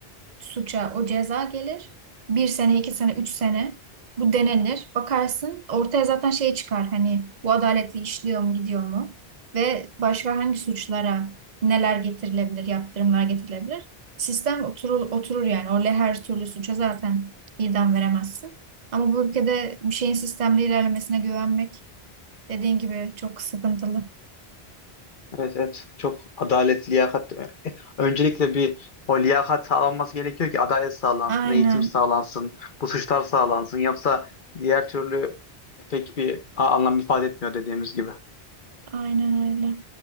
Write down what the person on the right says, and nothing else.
suça o ceza gelir. Bir sene, iki sene, üç sene bu denenir. Bakarsın ortaya zaten şey çıkar hani bu adaletli işliyor mu gidiyor mu? Ve başka hangi suçlara neler getirilebilir, yaptırımlar getirilebilir? Sistem oturur, oturur yani. Orada her türlü suça zaten idam veremezsin. Ama bu ülkede bir şeyin sistemli ilerlemesine güvenmek dediğin gibi çok sıkıntılı.
Aynen,
aynen öyle.